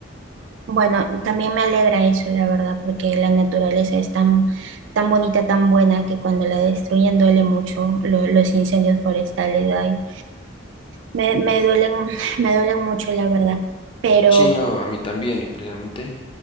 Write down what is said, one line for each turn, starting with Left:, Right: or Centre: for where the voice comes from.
Right: Bueno, también me alegra eso, la verdad, porque la naturaleza es tan, tan bonita, tan buena, que cuando la destruyen duele mucho lo- los incendios forestales. Ay, me, me duelen, <laughs> me duelen mucho, la verdad. Pero
Left: Sí, no, a mí también, precisamente.